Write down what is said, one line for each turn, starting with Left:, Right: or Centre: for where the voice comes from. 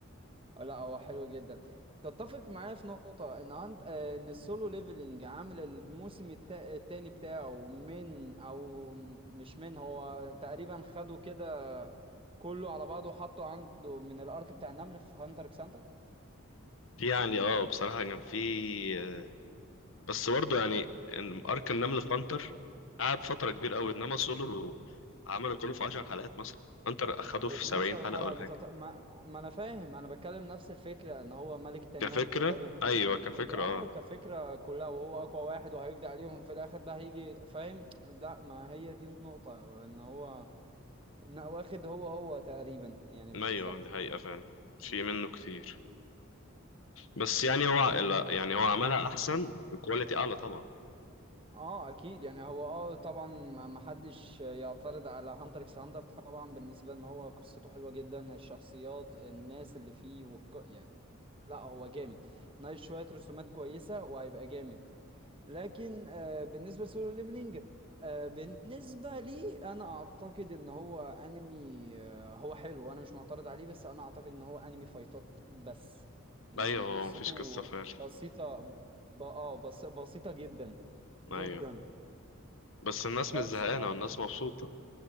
Right: لا هو حلو جدا تتفق معايا في نقطة ان هانت آه، ان السولو ليفلينج عامل الموسم التا- التاني بتاعه من او مش من هو تقريبا خده كده كله على بعضه وحطه عنده من الارك بتاع النمل في هانتر اكس هانتر
Left: في يعني اه بصراحه كان في آه، بس برضه يعني إن ارك النمل في هانتر قعد فتره كبيره قوي انما سولو عملوا كله في 10 حلقات مثلا هانتر اخدوه
Right: في
Left: في
Right: 12
Left: 70 حلقه
Right: حلقة
Left: ولا
Right: بالظبط
Left: حاجه
Right: ما, ما انا فاهم انا بتكلم نفس الفكرة ان هو ملكة النمل
Left: كفكرة
Right: جابت
Left: أيوة
Right: ملك...
Left: كفكرة
Right: اه
Left: أه
Right: كفكرة كلها وهو اقوى واحد وهيقضي عليهم في الاخر ده هيجي فاهم لا ما هي دي النقطة ان هو لا، واخد هو هو تقريبا يعني
Left: أيوة
Right: بالظبط
Left: دي حقيقة فعلا في منه كتير بس يعني هو
Right: بن...
Left: لا يعني هو عملها أحسن وكواليتي أعلى طبعا
Right: اه اكيد يعني هو اه طبعا ما ما حدش يعترض على هانتر اكس هانتر طبعا بالنسبه ان هو قصته حلوه جدا الشخصيات الناس اللي فيه والق... يعني لا هو جامد ناقش شويه رسومات كويسه وهيبقى جامد لكن آه، بالنسبة لسولو ليفلينج آه، بالنسبة لي أنا أعتقد إن هو أنمي آه، هو حلو وأنا مش معترض عليه بس أنا أعتقد إن هو أنمي فايتات بس يعني
Left: أيوة هو
Right: قصته
Left: مفيش قصة فعلا
Right: بسيطة ب... آه بس... بسيطة جدا جدا
Left: أيوة بس الناس
Right: بس
Left: مش زهقانة
Right: ف
Left: والناس مبسوطة